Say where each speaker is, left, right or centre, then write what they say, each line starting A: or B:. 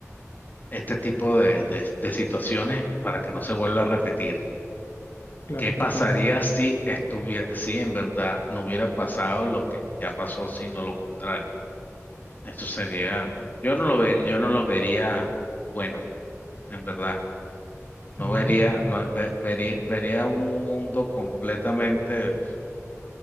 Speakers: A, on the left; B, on the left.
A: este tipo de, de- de situaciones y para que no se vuelva a repetir.
B: claro,
A: ¿Qué pasaría
B: totalmente.
A: si estuviera, si en verdad no hubiera pasado lo que ya pasó, sino lo contrario? Eso sería, bueno, yo no lo ve, yo no lo vería bueno, pues, en verdad. No
B: Ujú.
A: vería, no ve- vería, vería un mundo completamente,